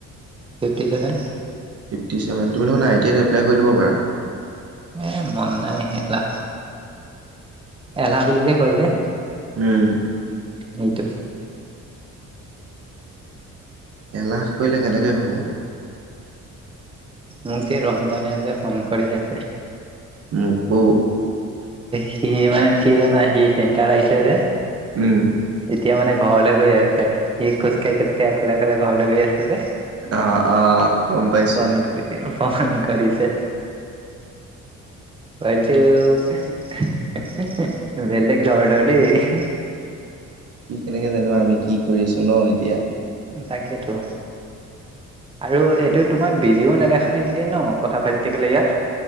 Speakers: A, on the right; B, on the right.
A: ফিফটি ছেভেন
B: ফিফটি চেভেন তুমি দেখোন আই টি আই এপ্লাই কৰি দিব পাৰা
A: এ মন নাই এলাহ এলাহ বুলিলে কৈলে
B: হম
A: সেইটো
B: এলাহ কৰিলে কেনেকৈ হ'ব?
A: মোক যে ৰঞ্জনে যে ফোন কৰি আছে।
B: মোকো
A: সি মানে কি জানা সি চেণ্টাৰ আহিছে যে।
B: উম
A: এতিয়া মানে ঘৰলৈ গৈ আছে সি খোজকাঢ়ি খোজকাঢ়ি অকলে অকলে ঘৰলৈ গৈ আছে যে
B: অ আহ গম পাইছো।
A: ফোন কৰি ফোন কৰিছে পটো। বেলেগ ধৰণৰ দেই
B: কি কেনেকে জানিবা আমি কি কৰি আছো ন এতিয়া।
A: তাকেতো আৰু এইটো তোমাৰ বিজিও নেদেখায় নেকি ন কথা পাতি থাকিলে ইয়াত।